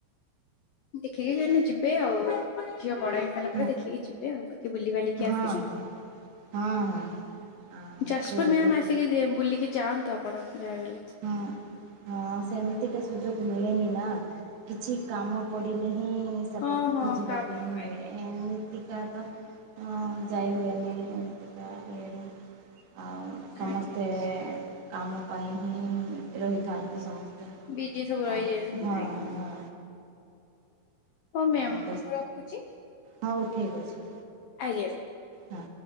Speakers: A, on the left (about 75°); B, on the right (about 70°).
A: ଦେଖିକି କହେ ଯିବେ ଆଉ। ଝିଅ ବଡ ହେଇସାରିଲ
B: ହଁ
A: ପରେ ଦେଖିକି ଯିବେ ଆଉ ବାକି ବୁଲି ବଲିକି
B: ହଁ
A: ଆସିବେ।
B: ହଁ ହଁ ହଁ ଆଁ
A: ଯାଜପୁର
B: ପୁରୀକୁ
A: ମ୍ୟାାମ୍ ଆସିକି ବୁଲିକି ଯାଆନ୍ତୁ ଆପଣ। ଯାହା ବଲେ
B: ହଁ ହଁ ସେମିତିକାା ସୁଯୋଗ ମିଳେନି ନା କିଛି କାମ ପଡିଲେ। ହିଁ ସେପଟ
A: ହଁ ହଁ
B: ଖୋଜିବା
A: କାମ
B: ପାଇଁ ହୁଏ
A: ଆଜ୍ଞା
B: ଏମିତି ଟିକ ତ ଯାଇ ହୁଏନି ଟିକେ ଇଏରେ ଆଉ ସମସ୍ତେ
A: ଆଜ୍ଞା
B: କାମ ପାଇଁ। ହିଁ ରହିଥାନ୍ତି ସମସ୍ତେ
A: ବିଜି ସବୁ ରହିଯାଉଛନ୍ତି
B: ଆ ହଁ
A: ଆଜ୍ଞା
B: ହଁ।
A: ହଁ ମ୍ୟାାମ୍
B: ଆମ ବସ୍
A: ରଖୁଛି।
B: ହଉ ଠିକ୍ ଅଛି।
A: ଆଜ୍ଞା।
B: ହଁ।